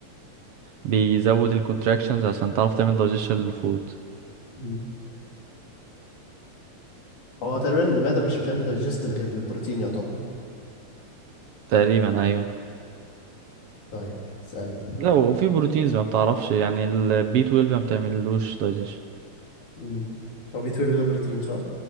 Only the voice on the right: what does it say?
بيزود الكونتراكشنز عشان تعرف تعمل دايجيشن للفود
تقريبا ايوه
لا وفي بروتينز ما بتعرفش يعني البي 12 ما بتعملوش دايجيشن